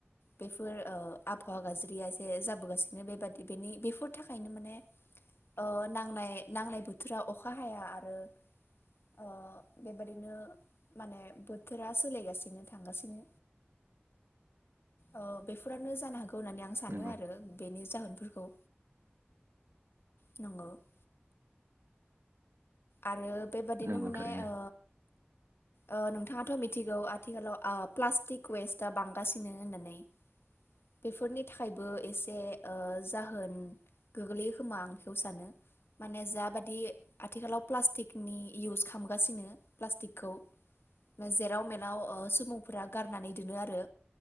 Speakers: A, on the left; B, on the right.
A: बेफोर ओ आबहावा गाज्रिया एसे जाबोगासिनो बेबादि बेनि बेफोर थाखायनो माने ओ नांनाय नांनाय बोथोरा अखा हाया आरो ओ बेबादिनो माने बोथोरा सोलायगासिनो थांगासिनो ओ बेफोरानो जानो हागौ खौ होननानै आं सानो
B: नंगौ
A: आरो बेनि जाहोनफोरखौ <unintelligible> आरोबाव बेबादिनो
B: नंगौ
A: माने
B: थारैनो
A: ओ ओ नोथाङाथ मिथि गौ आथिखालाव प्लास्टिक वेस्टा बांगासिनो होननानै बेफोरनि थाखायबो एसे ओ जाहोनगोग्लैयोखोमा आं सानो माने जाबादि आथिखालाव प्लास्टिकनि इउस खालामगासिनो प्लास्टिकखौ जेराव मेलाव सुबुंफोरा गारनानै दोनो आरो